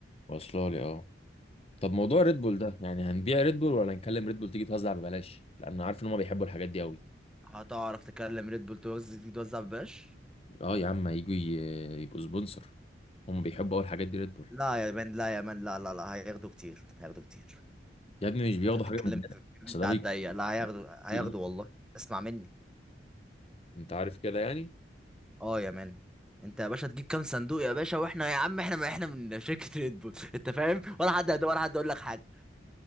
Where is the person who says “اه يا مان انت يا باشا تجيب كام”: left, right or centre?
Centre